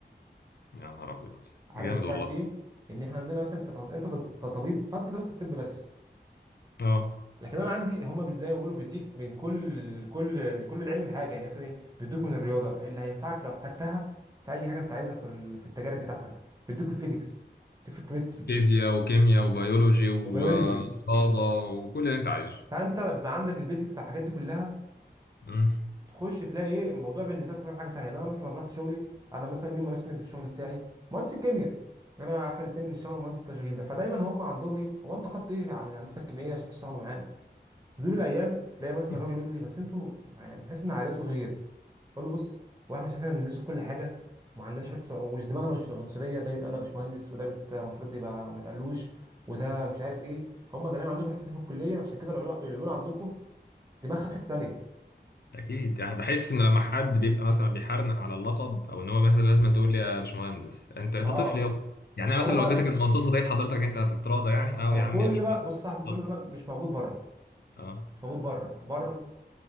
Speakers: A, on the left; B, on the right.
A: يا نهار ابيض
B: عارف
A: جامد
B: بتساعد
A: والله
B: في ايه ان احنا عندنا مثلا انت انت طبيب فانت دراستك طب بس
A: اه
B: لكن انا عندي هما بت- زي ما بيقولوا بيديك من كل كل كل العلم حاجه يعني مثلا إيه، بيدوك من الرياضه اللي هينفعك لو احتجتها في اي حاجه انت عايزها في ال- في التجارب بتاعتك بيدوك في الفيزيكس بيديك في الكيمستري
A: فيزياء وكيمياء وبيولوجي ورياضة
B: وبيولوجي
A: وكل اللي انت عايزه
B: فانت لما بيبقى عندك البيزكس بتاع الحاجات دي كلها
A: مم.
B: تخش تلاقي ايه الموضوع بالنسبه لك كل حاجه سهله يعني انا مثلا لما رحت شغلي انا مثلا مين منافسني في الشغل بتاعي مهندس الكيمياء انا احنا الاثنين بنشتغل مهندس التشغيل ده فدايما هم عندهم ايه هو انت خدت ايه على الهندسه الكيميائيه عشان تشتغلوا معانا تدور الايام تلاقي مثلا
A: <laughs>
B: الراجل يقول لي بس انتوا يعني بتحس ان عائلته غير بقول له بص هو احنا عشان احنا بندرسه في كل حاجه وما عندناش حته العن- مش دماغنا مش في العنصريه ده بيتقال له يا باشمهندس وده بت- المفروض يبقى ما تقلوش وده مش عارف ايه هم زمان عندكم الحته دي في الكليه عشان كده العيول العيول عندكم دماغها في حته ثانيه
A: اكيد يعني بحس ان لما حد بيبقى مثلا بيحرنق على اللقب او ان هو مثلا لازم تقول لي يا باشمهندس انت انت
B: اه
A: طفل يابا يعني انا
B: هو
A: مثلا لو
B: بقى
A: اديتك المصاصه ديت حضرتك انت هتتراضى يعني اه
B: فكل
A: يا عم يا باشمهندس
B: ده بقى بص يا صاحبي كل
A: اتفضل
B: ده بقى مش موجود بره
A: اه
B: مش موجود بره بره